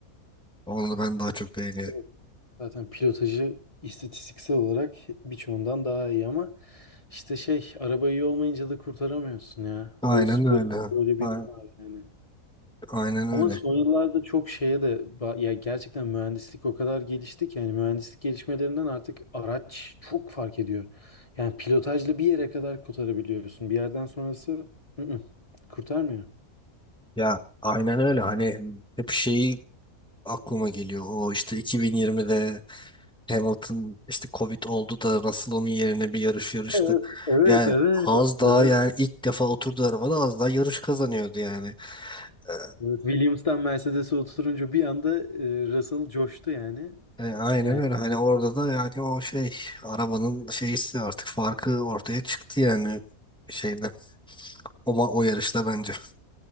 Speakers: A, in the centre; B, on the left (about 25°).
A: Onu ben daha çok beğeniyorum.
B: Evet. Zaten pilotajı istatistiksel olarak birçoğundan daha iyi ama işte şey araba iyi olmayınca da kurtaramıyorsun ya.
A: Aynen
B: Bu spor
A: öyle.
B: böyle bir
A: A-
B: yanı var yani.
A: Aynen öyle.
B: Ama son yıllarda çok şeye de ba- ya gerçekten mühendislik o kadar gelişti ki yani mühendislik gelişmelerinden artık araç çok fark ediyor. Yani pilotajla bir yere kadar kurtarabiliyorsun. Bir yerden sonrası ı-ı, kurtarmıyor.
A: Ya aynen öyle. Hani hep şeyi aklıma geliyor. O işte 2020'de Hamilton işte Covid oldu da Russell onun yerine bir yarış yarıştı.
B: Evet, evet,
A: Yani
B: evet,
A: az daha
B: evet.
A: yani ilk defa oturdu arabada az daha yarış kazanıyordu yani. Ee,
B: Evet, Williams'tan Mercedes'e oturunca bir anda e, Russell coştu yani.
A: E, aynen
B: Yani
A: öyle. Hani orada da yani o şey arabanın şeysi artık farkı ortaya çıktı yani şeyde o, ma- o yarışta bence.